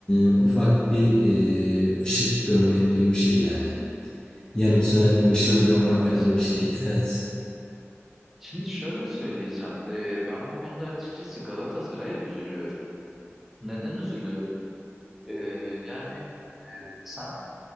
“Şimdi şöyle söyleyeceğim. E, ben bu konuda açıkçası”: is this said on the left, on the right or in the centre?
Centre